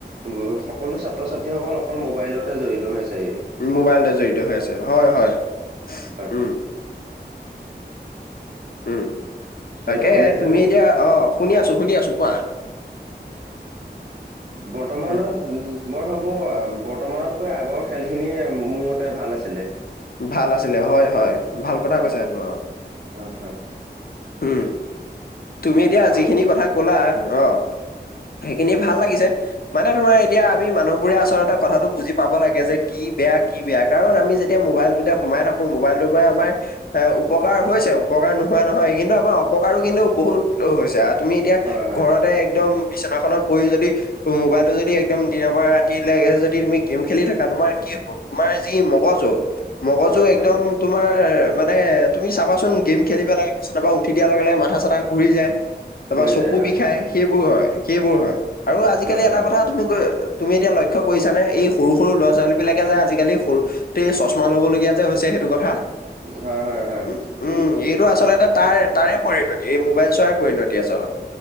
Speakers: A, on the right; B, on the left.
A: উম, সকলো ছাত্ৰ ছাত্ৰীসকল অকল মোবাইলতে জড়িত হৈ হৈছে।
B: উম, মোবাইলতে জড়িত হৈ আছে হয় - হয়
A: হয়
B: উম। উম, তাকে
A: হেল্ল' শুনি আছেনে
B: তুমি এতিয়া অ, শুনি আছো - শুনি আছো কোৱা।
A: বৰ্তমানৰ
B: উম,
A: মই ভাবো বৰ্তমানতকৈ আগৰ খেলখিনিয়ে মোৰ মতে ভাল আছিলে।
B: ভাল আছিলে হয় - হয় ভাল কথা কৈছা সেইটো আৰু
A: হয় হয়
B: উম, তুমি এতিয়া যিখিনি
A: আগ
B: কথা কলা অ, সেইখিনিয় ভাল লাগিছে মানে তোমাৰ এতিয়া আমি মানুহ বোৰে আচলতে কথাটো বুজি পাব লাগে যে কি বেয়া কি বেয়া কাৰণ আমি যেতিয়া এতিয়া মোবাইলটোতে সোমাই থাকো মোবাইলটোৰ পৰা আমাৰ এ উপকাৰ হৈছে উপকাৰ নোহোৱা নহয় কিন্তু আমাৰ অপকাৰো কিন্তু বহুত হৈছে তুমি এতিয়া
A: হয় হয়
B: ঘৰতে একদম বিছনাখনত পৰি যদি মোবাইলটো যদি একদম দিনৰ পৰা ৰাতিলৈকে যদি তুমি গেম খেলি থাকা তোমাৰ কি কি হ'ব তোমাৰ যি মগজু মগজু
A: হয়
B: একদম
A: হয়
B: তোমাৰ মানে তুমি চাবাচোন গেম খেলি পেলাই বিচনা পা উঠি দিয়াৰ লগে, লগে মাথা চাথা ঘূৰি যায়, তাৰপা
A: কৰি
B: চকু
A: যায় হয়
B: বিষ
A: হয়
B: খাই সেইবোৰ হয়। সেইবোৰ হয়, আৰু আজিকালি
A: হয়
B: এটা
A: হয়
B: কথা তুমি তুমি এতিয়া লক্ষ্য কৰিছানে এই সৰু, সৰু ল'ৰা ছোৱালীবিলাকে যে আজিকালি সৰুতে চছ মা ল'বলগীয়া যে হৈছে সেইটো কথা।
A: হয়, হয়, হয়।
B: উম উম এইটো আচলতে তাৰ-তাৰে পৰিণতি, এই মোবাইল চোৱাৰ পৰিণতি আচলতে।